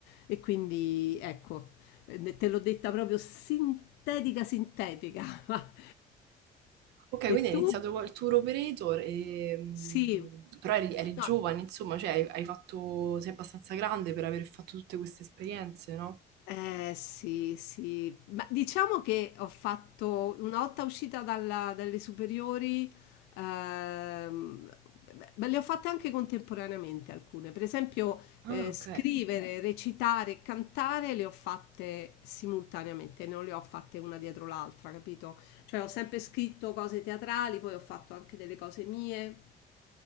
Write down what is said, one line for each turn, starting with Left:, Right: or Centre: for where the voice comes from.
Left: E quindi ecco, eh, te l'ho detta proprio sintetica, sintetica. <laughs>
Right: Ok, quindi
Left: E
Right: hai
Left: tu?
Right: iniziato col tour operator, e, mh,
Left: Sì.
Right: però eri, eri
Left: No,
Right: giovane, insomma, cioè hai, hai fatto, sei abbastanza grande per aver fatto tutte queste esperienze, no?
Left: Eh sì, sì, ma diciamo che ho fatto una volta uscita dalla- dalle superiori, ehm, beh, ma le ho fatte anche contemporaneamente alcune, per esempio
Right: Ah,
Left: eh,
Right: ok.
Left: scrivere, recitare, e cantare le ho fatte simultaneamente, non le ho fatte una dietro l'altra, capito? Cioè ho sempre scritto cose teatrali, poi ho fatto anche delle cose mie